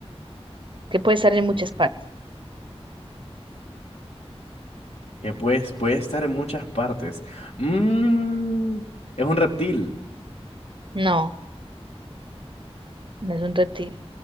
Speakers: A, on the right; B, on the left.
A: Que puede estar en muchas
B: Ujú.
A: partes.
B: Que pues, puede estar en muchas partes. Mm, es un reptil.
A: No, no es un reptil.